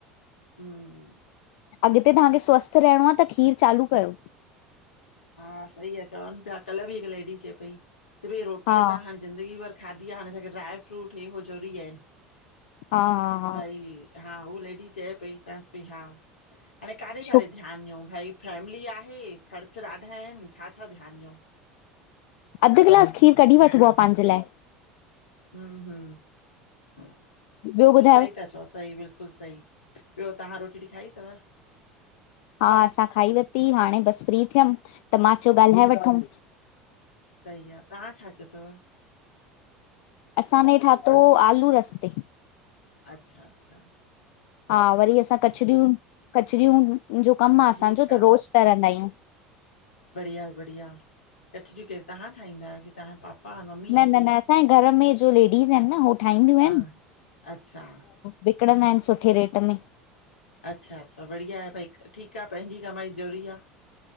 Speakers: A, on the left; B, on the left.
A: हम।
B: अगते तंव्हाखे स्वस्थ रहणों आ, त खीर चालू कयो।
A: हा सही आहे, चवनि पया कल भी हिकु लेडी चए पई- चए पई रोटीअ
B: हा
A: सां हाणे जिंदगी भर खादी आ, हाणे असांखे ड्राय-फ्रूट हे-हो ज़रूरी आहिन,
B: हा हा हा
A: भई हा, हो लेडी चये पई, चवासि पई हा हाणे काॾे- काॾे
B: छो
A: ध्यानु ॾयऊं भई? फैमली आहे। खर्चु ॾाढा आहेन, छा-छा ध्यान ॾयऊं?
B: अधु ग्लास खीर कढी वठबो आ, पहांजे लाए।
A: हम-हम
B: ॿियो ॿुधायो
A: ओ सही ता चओ, सही बिल्कुल सही। ॿियों तव्हां रोटी-वोटी खाई तव?
B: हा असां खाई वरती, हाणे बसि फ्री थियम त मां चयो ॻाल्हाए
A: अच्छा
B: वठूऊं।
A: सही आ, तव्हां छा कयो तव?
B: असांने ठातो, आलू रस ते।
A: अच्छा-अच्छा।
B: हा वरी असां कचरियूं- कचरियूं जो कमु
A: हा
B: आ
A: ठीकु
B: असांजो, त रोज़ तरंदा आह्यूं।
A: बढ़िया-बढ़िया कचरियूं केर तव्हां ठाहींदा आहे? तव्हांजे पापा -मम्मी?
B: न-न-न
A: केरु?
B: असांजे घर में जो लेडीज आहिन न, हो ठाहिन्दियूं आहिन।
A: हा अच्छा।
B: विकणंदा आहिन सुठे रेट में।
A: अच्छा-अच्छा बढ़िया आहे भाई, ठीकु आ पहिंजी कमाई ज़रूरी आ।